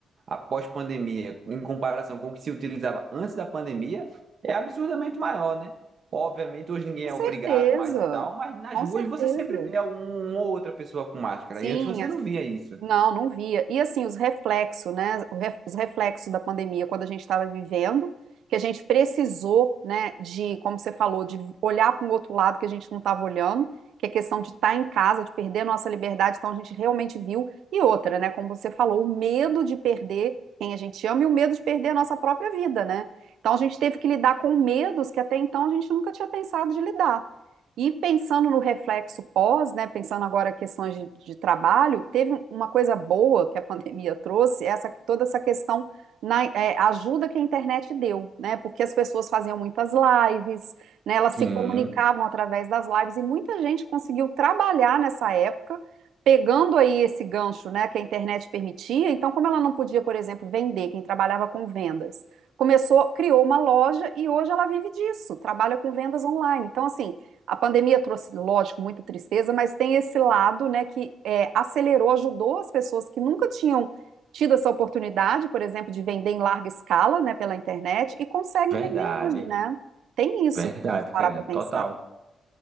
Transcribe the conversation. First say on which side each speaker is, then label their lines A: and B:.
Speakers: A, on the right (about 60°); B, on the right (about 85°).
A: após pandemia, em comparação com o que se utilizava antes da pandemia, é absurdamente maior, né? Obviamente, hoje ninguém
B: Com
A: é
B: certeza,
A: obrigado mais e tal, mas nas
B: com
A: ruas
B: certeza.
A: você sempre vê uma ou outra pessoa com máscara.
B: Sim,
A: E antes você
B: as-
A: não via isso.
B: não, não via. E assim, os reflexos, né? o re- Os reflexos da pandemia, quando a gente estava vivendo, que a gente precisou, né, de, como você falou, de olhar para um outro lado que a gente não estava olhando, que é questão de estar em casa, de perder a nossa liberdade, então a gente realmente viu. E outra, né, como você falou, o medo de perder quem a gente ama e o medo de perder a nossa própria vida, né? Então a gente teve que lidar com medos que até então a gente nunca tinha pensado de lidar. E pensando no reflexo pós, né, pensando agora em questões de, de trabalho, teve uma coisa boa que a pandemia trouxe, essa, toda essa questão na é, ajuda que a internet deu, né? Porque as pessoas faziam muitas lives, né, elas
A: Sim,
B: se comunicavam através das lives e muita gente conseguiu trabalhar nessa época, pegando aí esse gancho, né, que a internet permitia. Então, como ela não podia, por exemplo, vender, quem trabalhava com vendas, começou, criou uma loja e hoje ela vive disso, trabalha com vendas online. Então, assim, a pandemia trouxe, lógico, muita tristeza, mas tem esse lado, né, que é, acelerou, ajudou as pessoas que nunca tinham tido essa oportunidade, por exemplo, de vender em larga escala, né, pela internet, e conseguem
A: verdade.
B: vender hoje, né? Tem isso,
A: Verdade,
B: de a gente parar
A: Karina,
B: para pensar.
A: total.